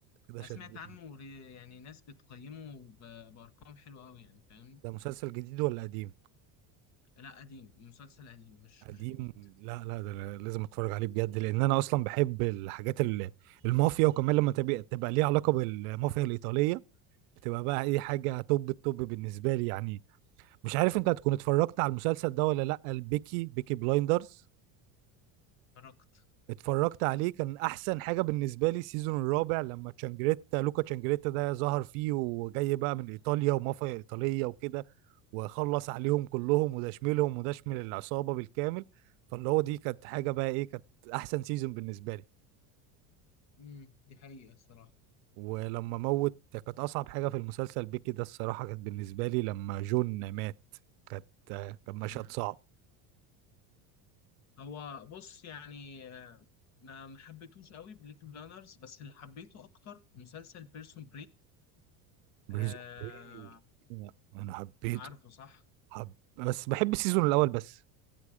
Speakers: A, on the right; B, on the left.
A: كده
B: انا
A: شدتني
B: سمعت عنه ري- يعني ناس بتقيمه ب- بارقام حلوة قوي يعني فاهم
A: ده مسلسل جديد ولا قديم
B: لا قديم مسلسل قديم مش
A: قديم
B: مش جديد
A: لا لا ده أنا لازم اتفرج عليه بجد لان انا اصلا بحب الحاجات ال- المافيا وكمان لما تبقى تبقى ليها علاقة بالمافيا الايطالية بتبقى بقى اي حاجة توب التوب بالنسبة لي يعني مش عارف
B: مم.
A: انت هتكون اتفرجت على المسلسل ده ولا لا البيكي بيكي بلايندرز
B: اتفرجت
A: اتفرجت عليه كان احسن حاجه بالنسبه لي السيزون الرابع لما تشانجريتا لوكا تشانجريتا ده ظهر فيه وجاي بقى من ايطاليا ومافيا ايطاليه وكده وخلص عليهم كلهم وده شملهم وده شمل العصابه بالكامل فاللي هو دي كانت حاجه بقى ايه كانت احسن سيزون بالنسبه لي
B: امم دي حقيقة الصراحة
A: ولما موت كانت اصعب حاجه في المسلسل بيكي ده الصراحه كانت بالنسبه لي لما جون مات كانت كان مشهد
B: امم
A: صعب
B: هو بص يعني آه، ما ما حبيتهوش قوي بليك بلانرز بس اللي حبيته اكتر مسلسل بيرسون
A: بريزون
B: بريك
A: بريك انا حبيته
B: عارفه صح
A: حب بس بحب السيزون الاول بس